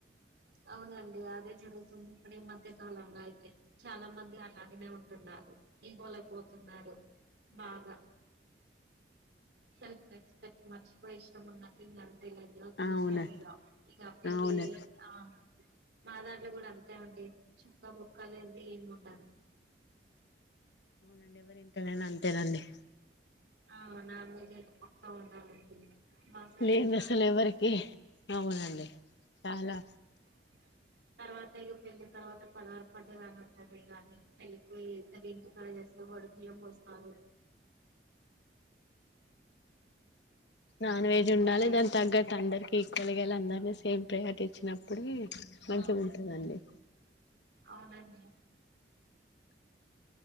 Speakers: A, on the right; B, on the left.
A: అవునండి అదే జరుగుతుంది ఇక్కడ ఈ మధ్య కాలంలో అయితే చాలా మంది అలాగనే ఉం ంటున్నారు ఈగొలకు పోతున్నారు బాగా సెల్ఫ్ రెస్పెక్ట్ మర్చపో ఇష్టంఉన్నట్టు ఉనర్ <unintelligible> విషం
B: అవునా
A: ఇక పెళ్లి
B: అవును
A: ఆ మా దాంట్లో కూడా అంతే అండి చుక్కా బొక్క లేనిది ఏమి ఉండద్
B: అవునండి ఎవరింటనేనా అంతేనండి
A: అవునా మీది <unintelligible> అవునావుండి మాసాల
B: లేంది
A: అయితే నా
B: అసలు
A: రోజ
B: ఎవరికి
A: చేస్
B: అవునండి చాలా
A: ఆ తర్వాత ఇక పెళ్లి తర్వాత పదహారు పండగ అని ఉంటంది కాగానీ పెళ్ళికి ఇంటి కాడ చేస్తార్ వాడిబీయం పోస్తామ్
B: నాన్ వెజ్ ఉండాలి
A: కొడుకు అయితాడు
B: దాని తగ్గట్ అందరికి ఈక్వల్గా వెళ్ళి అందరినీ సేమ్ ప్రయారిటీ ఇచ్చినప్పుడే మంచిగా
A: ఆ
B: ఉంటదండి
A: అవునండి